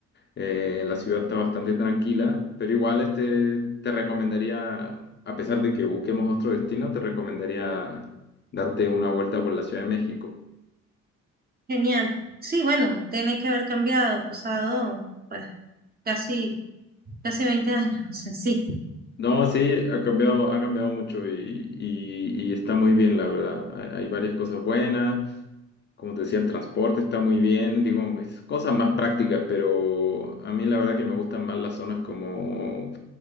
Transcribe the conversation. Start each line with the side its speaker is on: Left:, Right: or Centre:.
Left: eh, la ciudad está bastante tranquila, pero igual este, te recomendaría, a pesar de que busquemos otro destino, te recomendaría darte una vuelta por la Ciudad de México.
Right: Genial. Sí, bueno, tiene que haber cambiado, pasado, pues, casi, casi 20 años, <laughs> o sea, sí.
Left: No, sí, ha cambiado, ha cambiado mucho y, y- y está muy bien, la verdad. Hay, hay varias cosas buenas. Como te decía, el transporte está muy bien. Digo, es cosas más prácticas, pero a mí la verdad que me gustan más las zonas como